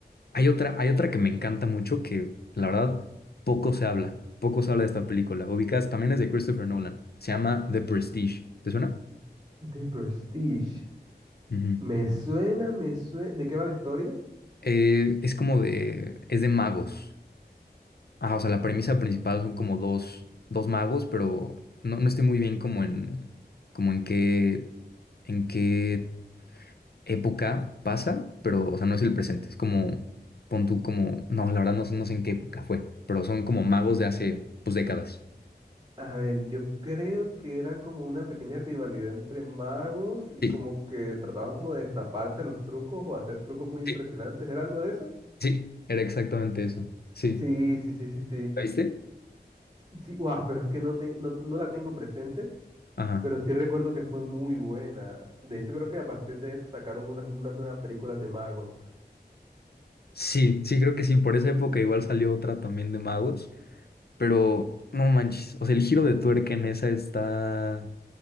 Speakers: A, on the left; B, on the right.
A: Hay otra, hay otra que me encanta mucho que la verdad poco se habla, poco se habla de esta película. Ubicas, también es de Christopher Nolan. Se llama The Prestige. ¿Te suena?
B: The Prestige,
A: Ujú.
B: me suena, me suena, ¿de qué va la historia?
A: Eh, es como de, es de magos. Ajá, o sea, la premisa principal son como dos, dos magos, pero no, no estoy muy bien como en, como en qué, en qué época pasa, pero, o sea, no es el presente. Es como, pon tú como, no, la verdad no sé, no sé en qué época fue, pero son como magos de hace, pues, décadas.
B: A ver, yo creo que era como una pequeña rivalidad entre magos y
A: Sí,
B: como que trataban como de destaparse los trucos o hacer trucos muy impresionantes,
A: sí,
B: ¿era algo de eso?
A: sí, era exactamente eso. Sí.
B: Sí, sí, sí, sí, sí.
A: ¿La viste?
B: Sí, guau, pero es que no, te- no, no la tengo presente,
A: Ajá.
B: Pero sí recuerdo que fue muy buena. De hecho, creo que a partir de eso sacaron unas, unas nuevas películas de magos.
A: Sí, sí, creo que sí. Por esa época igual salió otra también de magos, pero no manches. O sea, el giro de tuerca en esa está